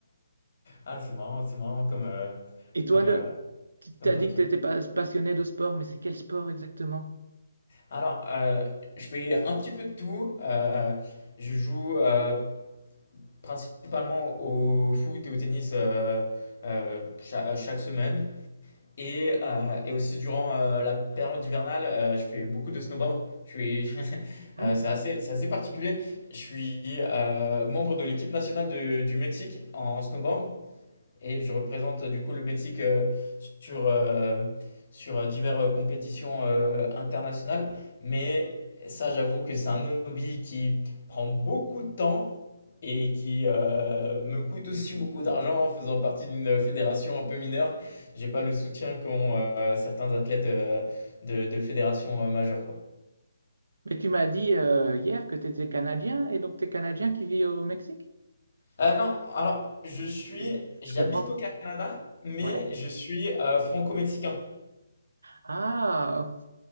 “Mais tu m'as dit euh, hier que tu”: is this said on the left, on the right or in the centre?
Right